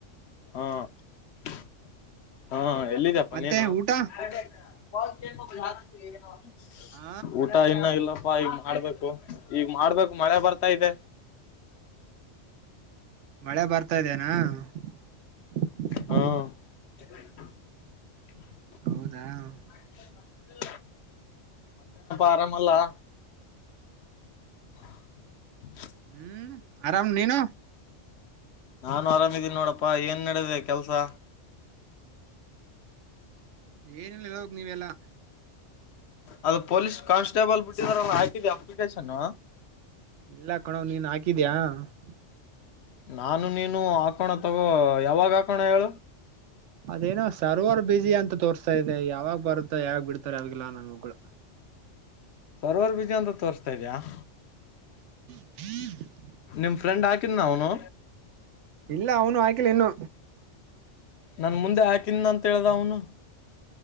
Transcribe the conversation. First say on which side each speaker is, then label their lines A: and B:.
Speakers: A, on the left (about 65°); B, on the right (about 75°).
A: ಹ.. <unintelligible> <unintelligible> ಹಾ.. <inaudible> ಎಲ್ಲಿದಪ್ಪ
B: ಮತ್ತೆ
A: ನೀನು. - <inaudible>
B: ಊಟ
A: <inaudible> <unintelligible>
B: ಹ
A: ಊಟ ಇನ್ನಾಗಿಲ್ಲಪಾ,, - ಪ್ಪಾ ಈಗ ಮಾಡ್ಬೇಕು. ಈಗ ಮಾಡ್ಬೇಕು ಮಳೆ ಬರ್ತಾ ಇದೆ. -
B: ಮಳೆ ಬರ್ತಾ ಇದ್ದೇನಾ <unintelligible>
A: ಹ್ಮ <inaudible> <unintelligible>
B: ಹೌದಾ.. ಹಹ
A: <unintelligible> ಮತ್ತೇನಪ್ಪಾ ಆರಾಮಲ್ಲ, - <unintelligible> <unintelligible>
B: ಹ್ಮ್, ಆರಾಮ್ ನೀನು. -
A: ನಾನು ಆರಾಮಿದೀನಿ ನೋಡಪ್ಪಾ ಏನ್ ನಡೆದಿದೆ ಕೆಲ್ಸಹ, -
B: ಏನಿಲ್ಲ ಹೇಳ್ಬೇಕು ನೀವೆಲ್ಲ. -
A: ಅದು ಪೊಲೀಸ್ ಕಾನ್ಸ್ಟೇಬಲ್ ಬಿಟ್ಟಿದಾರಲ್ಲಾ ಹಾಕಿದ್ಯಾ ಅಪ್ಲಿಕೇಶನ್ನು. -
B: ಇಲ್ಲಾ ಕಣ್ಯಾ ನೀನ್ ಹಾಕಿದ್ಯಾ, -
A: ನಾನು ನೀನು ಹಾಕೋಣ ತಗೋ ಯಾವಾಗ ಹಾಕೋಣ ಹೇಳು. -
B: ಅದೇನೋ ಸರ್ವರ್ ಬಸಿ ಅಂತ ತೋರ್ತಾ ಇದೆ. ಯಾವಾಗ ಬರುತ್ತೋ ಯಾವಾಗ್ ಬಿಡ್ತಾರ., ಯಾವಾಗಿಲ್ಲ ನನ್ ಮಗಳು-
A: ಸರೋವರ್ ಬೀದಿ ಅಂತ ತೋರ್ಸ್ತಾ ಇದ್ಯಾ,. -
B: ಹ್ಮ್ಲ
A: ನಿಮ್ ಫ್ರೆಂಡ್ ಹಾಕಿದ ಅವನು
B: ಇಲ್ಲ ಅವನು ಆಯ್ಕಿಲ್ಲ ಇನ್ನು
A: ನನ್ ಮುಂದೆ ಹಾಕನ್ ಅಂತ ಹೇಳ್ದ ಅವನು